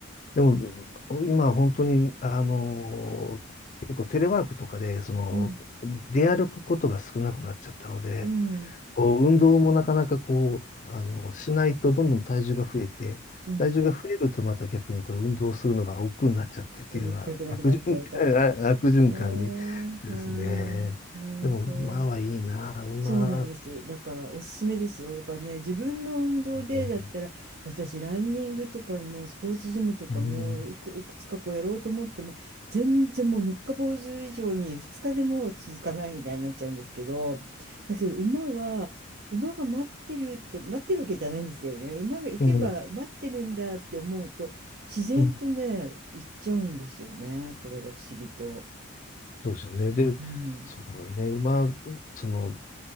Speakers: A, on the left; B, on the right.
A: でも、今は本当に、あの、結構テレワークとかで、その、
B: うん。
A: 出歩くことが少なくなっちゃったので、
B: うん。
A: こう運動もなかなかこう、あの、しないとどんどん体重が増えて、
B: うん。
A: 体重が増えるとまた逆にこれ運動するのが億劫になっちゃってっていうような悪循環、
B: 動きたくなくなっちゃうから。
A: <laughs> 悪循環に
B: ねえ、
A: ですね。
B: はい。うん、
A: でも馬はいいな、
B: そう。
A: 馬。
B: そうなんです。だからおすすめですよ。だからね、自分の運動でだったら、
A: うん
B: 私、ランニングとかも、スポーツジムとかも、
A: うん
B: いく、いくつかこうやろうと思っても、全然もう三日坊主以上に二日でも続かないみたいになっちゃうんですけど、だけど馬は、馬が待ってるって、待ってるわけじゃないんですけどね、馬が行けば待ってるんだって思うと、
A: うん
B: 自然とね、
A: うん
B: 行っちゃうんですよね。これが不思議と。
A: そうですよね。で、
B: うん、
A: そうね、馬、その、